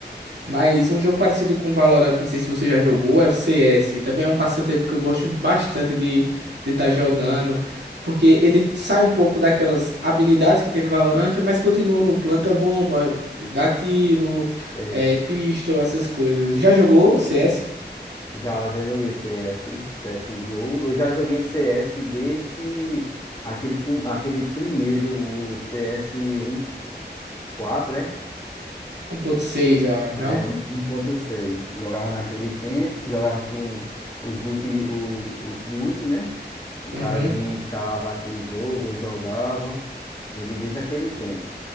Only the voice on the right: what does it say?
Mas um jogo parecido com Valorant, não sei se você já jogou, é o CS. Também é um passatempo que eu gosto bastante de estar jogando, porque ele sai um pouco daquelas habilidades que tem no Valorant, mas continua no planta-bomba, dá tiro,
é, pistol, essas coisas. Já jogou o CS
1.6, eu acho,
não?
Uhum.